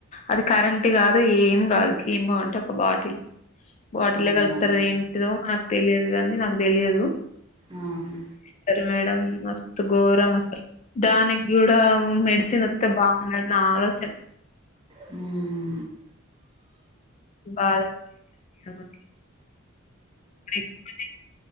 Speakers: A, on the left (about 35°); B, on the right (about 25°).
A: అది కరెంట్ కాదు ఏం కాదు కేమో అంటే ఒక బాటిల్ బాటిల్లో
B: అవునా
A: కలుపుతారు
B: అండి
A: ఏంటిదో నాకు తెలియదు కానీ నాకు తెలియదు
B: ఆహా
A: సరే మేడం మస్తు గోరామ్ అస్సలు దానికి గుడా మెడిసిన్ వత్తే బాగున్ను అన్న ఆలోచన
B: హు
A: బాగా <unintelligible> ఇకు